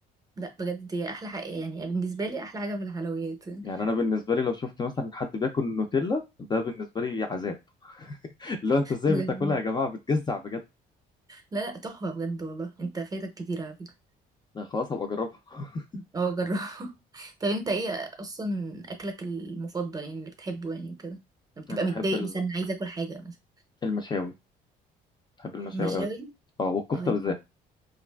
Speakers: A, on the right (about 20°); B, on the left (about 25°).
A: لا بجد هي احلى حاجة يعني بالنسبة لي احلى حاجة في الحلويات يعني
B: يعني انا بالنسبه لي لو شفت مثلا حد بياكل نوتيلا ده بالنسبه لي عذاب لو انت ازاي
A: بجد
B: بتاكلها يا جماعه بتجزع بجد
A: لا لا تحفة بجد والله انت فايتك كتير على فكرة
B: أنا خلاص هبقى اجربها <laughs>
A: اه جربه <laughs> طب انت ايه اصلا اكلك المفضل يعني اللي بتحبه يعني كده لما بتبقى
B: انا بحب
A: متضايق
B: ال-
A: مثلا عايز اكل حاجة مثلا
B: المشاوي بحب المشاوي
A: مشاوي
B: قوي اه والكفته
A: اه
B: بالذات